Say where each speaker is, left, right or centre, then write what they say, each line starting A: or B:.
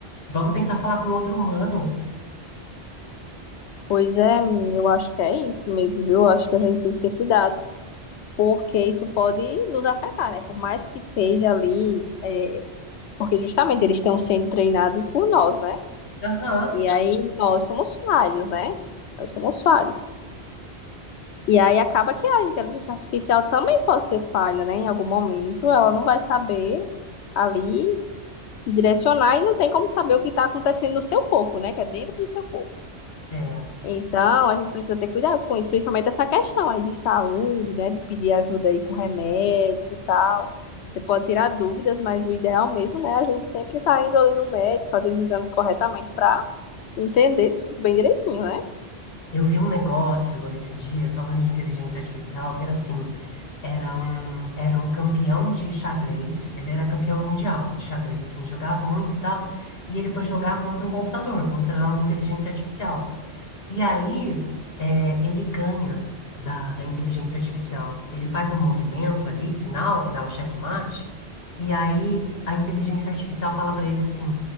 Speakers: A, on the left; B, on the left.
A: vamos tentar falar com outro humano.
B: Pois é, menina, eu acho que é isso mesmo, viu? Eu acho que a gente tem que ter cuidado, porque isso pode nos afetar, né? Por mais que seja ali, é, porque justamente eles estão sendo treinados por nós, né?
A: Aham.
B: E aí nós somos falhos, né? Nós somos falhos. E aí acaba que a inteligência artificial também pode ser falha, né? Em algum momento ela não vai saber ali te direcionar e não tem como saber o que está acontecendo no seu corpo, né? Que é dentro do seu corpo.
A: É,
B: Então a gente precisa ter cuidado com isso, principalmente essa questão aí de saúde, né? De pedir ajuda aí com remédios e tal. Você pode tirar dúvidas, mas o ideal mesmo, né? A gente sempre tá indo ali no médico, fazer os exames corretamente para entender tudo bem direitinho, né?
A: eu vi um negócio, Lô, esses dias, falando de inteligência artificial, que era assim, era um, era um campeão de xadrez, ele era campeão mundial de xadrez, assim, jogava muito e tal, e ele foi jogar contra um computador, contra uma inteligência artificial. E aí, é, ele ganha da, da inteligência artificial. Ele faz um movimento ali, final, que dá o checkmate, e aí a inteligência artificial fala para ele assim: